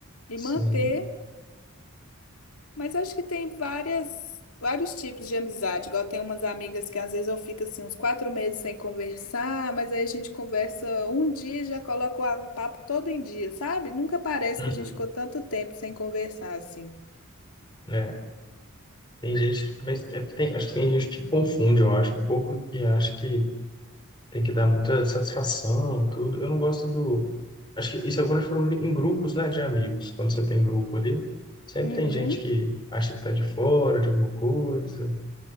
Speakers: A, on the left; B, on the left.
A: E
B: sim.
A: manter. Mas acho que tem várias, vários tipos de amizade. Igual tem umas amigas que às vezes eu fico assim uns quatro meses sem conversar, mas aí a gente conversa um dia e já coloca o a- o papo todo em dia, sabe? Nunca parece
B: Uhum.
A: que a gente ficou tanto tempo sem conversar assim.
B: É. Tem gente, mas é- que tem- acho que tem gente que confunde, eu acho, um pouco, e acha que tem que dar muita satisfação, tudo. Eu não gosto do. Acho que isso agora falando em grupos, né, de amigos. Quando você tem grupo ali, sempre
A: Uhum.
B: tem gente que acha que tá de fora de alguma coisa,